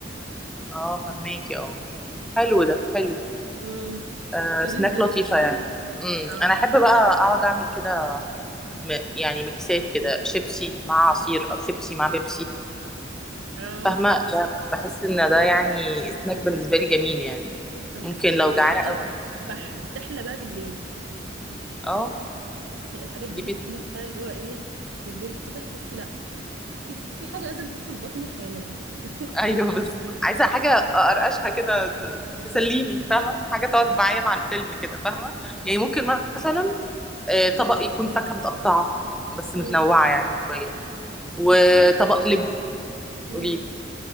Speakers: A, in the centre; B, on the right.
A: اه فهماكي اه حلو ده حلو
B: امم
A: آه
B: لذيذ
A: سناك
B: جدا
A: لطيفه يعني امم
B: اه
A: انا احب بقى اقعد اعمل كده م- يعني ميكسات كده شيبسي مع عصير او شيبسي مع بيبسي
B: اه
A: فاهمه
B: حلو
A: ده بحس ان ده يعني سناك بالنسبه لي جميل يعني
B: انا
A: ممكن
B: بحس الحاجات
A: لو
B: دي
A: جعانه
B: بقى
A: أوي
B: بح... بتحلى بقى بالليل
A: اه
B: يعني الحاجات دي
A: دي
B: بتجيلك بقى اللي هو ايه بالليل كده تحسي لا في في حاجه لازم تدخل بطني حالا <laughs>
A: ايوه بالظبط عايزه حاجه ارقشها كده ت-
B: بالظبط
A: تسليني فاهمه حاجه تقعد معايا مع الفيلم كده فاهمه يعني ممكن مثلا آه، طبق يكون فاكهه متقطعه بس
B: امم
A: متنوعه يعني شويه وطبق
B: بس انا عايزه اقول لك
A: لب
B: امم
A: قولي لي